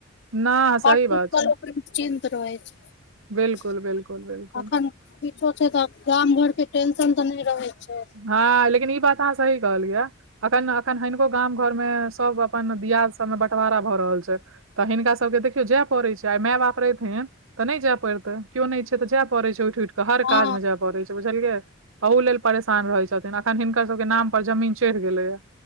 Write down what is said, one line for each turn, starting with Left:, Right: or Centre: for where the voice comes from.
Right: न
Left: प
Right: सही
Left: <inaudible>
Right: बात छै
Left: निश्चिन्त रहै छै
Right: बिल्कुल बिल्कुल बिल्कुल
Left: अखन किछो छै तऽ गाम घर के टेंशन तऽ नहि रहे छै
Right: हँ लेकिन ई बात अहाँ सही कहलियै या अखन अखन हनिको गाम घर मे सबक अपन दियाद सबमे बँटवारा भऽ रहल छै तऽ हिनका सभके देखियौ जाय पड़ैत छै आइ माय बाप रैतहीन तऽ नहि जाय पड़तै केो नहि छै तऽ जाय पड़ै छै उठि उठि कऽ हर
Left: हँ
Right: काज मे जाय पड़ै छै बुझलियै अहु लेल परेशान रहैत छथिन अखन हिनकर सबके नाम पर जमीन चढ़ि गेलैया